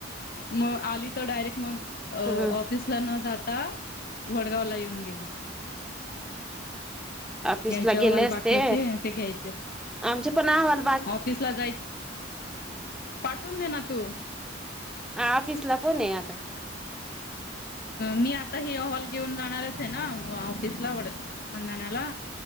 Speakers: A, on the left; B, in the centre.
A: मग आली तर डायरेक्ट मग
B: ह
A: ऑफिस न जाता वडगाव ला येऊन गेली.
B: ऑफिस
A: यांचे
B: ला
A: अहवाल
B: गेले असते
A: बाकी होते ते घ्यायचे.
B: आमचे पण आहवाल.
A: ऑफिस ला जायच पाठवून दे ना तू
B: ह फिस ला कोण आहे आता.
A: मी आता ह हॉल घेऊन जाणारच आहे ना ऑफिसला आवड मंदनाला